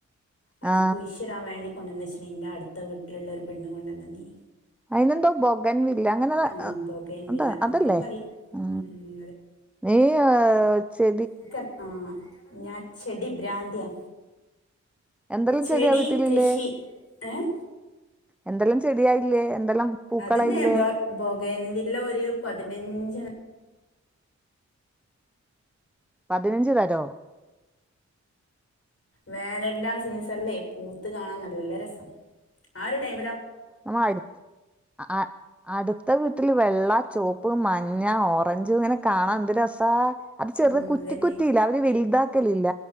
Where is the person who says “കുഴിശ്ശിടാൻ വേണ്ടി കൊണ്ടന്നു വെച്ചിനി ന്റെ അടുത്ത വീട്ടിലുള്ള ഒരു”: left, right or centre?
Left